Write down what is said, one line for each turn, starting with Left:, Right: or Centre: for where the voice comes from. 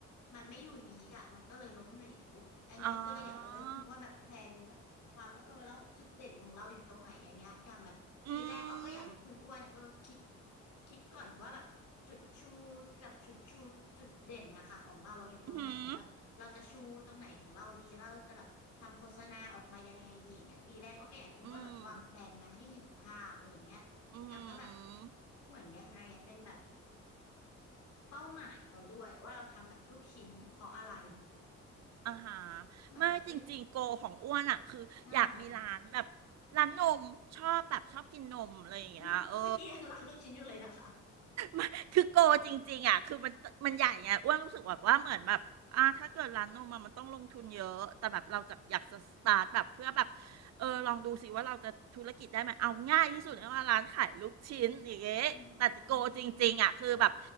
Left: มันไม่อยู่นี้อ่ะมันก็เลยล้มเหลวอันเนี้ยอ้อก็เลยอยากเออให้คุณอ้วนแบบแพลนแบบความว่าเออแล้วจุดเด่นของเราอยู่ตรงไหนอย่างเงี้ยอย่างแบบปีแรกอ้อก็อยากให้คุณอ้วนอ่ะเออคิด
Right: อ๋ออืม
Left: คิดก่อนว่าแบบ จุดชูแบบจุดชูจุดเด่นนะคะของเราอะอยู่ตรงไหนเหมือนแบบเราจะชูตรงไหนของเราดีเราจะแบบทำโฆษณาออกมายังไงดีอย่างเงี้ยปีแรกก็อยากให้คุณอ้วนแบบวางแพลนนะให้เห็นภาพอะไรอย่างเงี้ยแล้วก็แบบ
Right: อืม อืม อืม
Left: เหมือนยังไงอะเป็นแบบเป้าหมายเราด้วยว่าเราทำแบบลูกชิ้นเพราะอะไร
Right: อ่าฮะ
Left: เหมือนแบบเอ้ย
Right: ไม่จริงๆโกของอ้วนอ่ะคืออยากมีร้านแบบ
Left: อ่า
Right: ร้านนมชอบแบบชอบกินนมอะไรอย่างเงี้ยเออ
Left: อืมเมื่อกี้ยังรักลูกชิ้นอยู่เลยนะคะ
Right: มันคือโกจริงๆอ่ะคือมันมันใหญ่ไงอ้วนรู้สึกแบบว่าเหมือนแบบอ่าถ้าเกิดร้านนมอะมันต้องลงทุนเยอะแต่แบบเราจะอยากจะสตาร์ทแบบเพื่อแบบเออลองดูสิว่าเราจะธุรกิจได้ไหมเอาง่ายที่สุดเลยว่าร้านขายลูกชิ้นอย่างเงี้ยแต่โกจริงๆอ่ะคือแบบ
Left: อืม